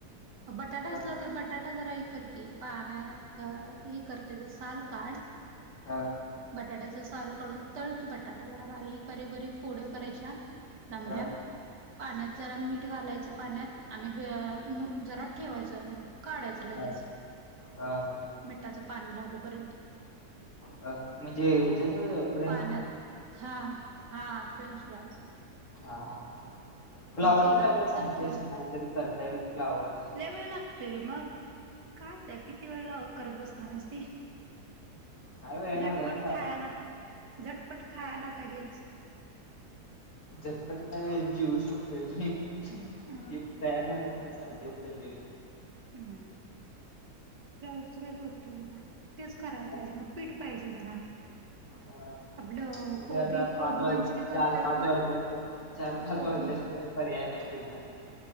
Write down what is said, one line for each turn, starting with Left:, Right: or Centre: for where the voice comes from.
Right: मग बटाटा
Left: हा
Right: असला तर बटाटा जरा हि कर की पान्यात घाल, हि कर त्यजं साल काढ
Left: हा
Right: बटाट्याचा साल काढून तळकी बटाटा, जरा बारीक बारीक बारीक फोड्या करायच्या लामड्या
Left: हा
Right: पाण्यात जरा मीठ घालायचं पाण्यात, आणि जराात ठेवायचं आणि काढायचं लगीच,
Left: हा हा
Right: मिठाचं पाणी लागूपर्यंत
Left: अ म्हणजे हच्यासंग
Right: पान्यात हा हा फ्रेंच फ्राइज
Left: हा हा, फ्लावर
Right: तेलात
Left: च काहीतरी सांग
Right: तर की
Left: ते
Right: जरा
Left: असं काहीतरी करता येईल फ्लावर
Right: लय वेळ लागतोय रे मग,, काय आता किती वेळ ला करत बसणार आहेस ते
Left: काय वेळ
Right: झटपट
Left: लागला चालतंय
Right: खायाला,, झटपट खायाला आता हेच <inaudible>
Left: झटपट काय जीवू शकतोय मी जे
Right: अ
Left: तयार झालं तरी चालतय
Right: अम, फ्लावरच काय करतूस आता, तेच करायला
Left: काय
Right: पायजे मग पीठ पायजे जरा
Left: अं,
Right: आपलं कोबी
Left: ते आता
Right: कोबी
Left: पाच वाज
Right: मंचुरी करतोय
Left: चार
Right: आपण
Left: पाच वाजले असल, चार पाच
Right: कोबी
Left: वाजल्या शीवाय पर्याय नाही पीठाला आता